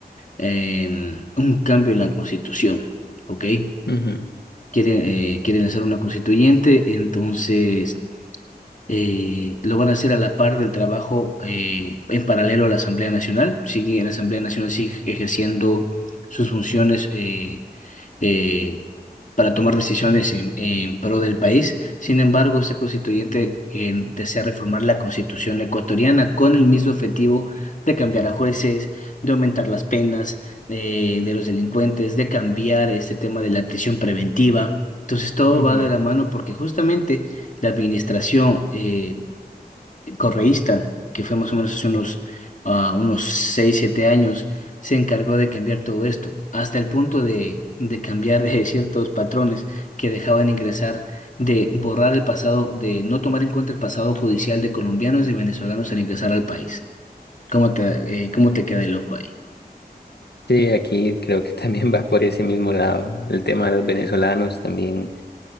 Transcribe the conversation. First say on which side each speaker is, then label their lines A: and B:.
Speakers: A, on the left; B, on the left.
A: eh, un cambio en la constitución, ¿ok?
B: ujú,
A: Quieren, eh, quieren hacer una constituyente, entonces eh, lo van a hacer a la par del trabajo eh, en paralelo a la Asamblea Nacional. Sigue, la Asamblea Nacional sigue ejerciendo sus funciones eh, eh, para tomar decisiones en, en pro del país. Sin embargo, esta constituyente eh, desea reformar la constitución ecuatoriana con el mismo objetivo de cambiar a jueces, de aumentar las penas eh, de los delincuentes, de cambiar este tema de la prisión preventiva. Entonces todo
B: ujú.
A: va de la mano porque justamente la administración eh, correísta, que fue más o menos hace unos, ah, unos seis siete años, se encargó de cambiar todo esto, hasta el punto de, de cambiar eh, <laughs> ciertos patrones que dejaban ingresar, de borrar el pasado, de no tomar en cuenta el pasado judicial de colombianos y venezolanos al ingresar al país. ¿Cómo te, eh, cómo te queda el ojo ahí?
B: Sí, aquí creo que también va por ese mismo lado. El tema de los venezolanos también.